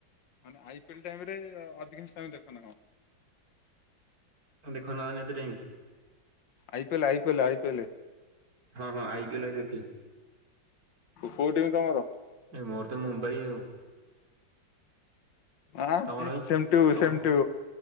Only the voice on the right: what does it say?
ଦେଖ ଏତେ ଟି
ହଁ ହଁ ଆଇବି ନଁ ଦେଖି
ଏଇ ମୋର ତ ମୁମ୍ବାଇ ଆଉ
ତମର ଭାଇ?
ତମ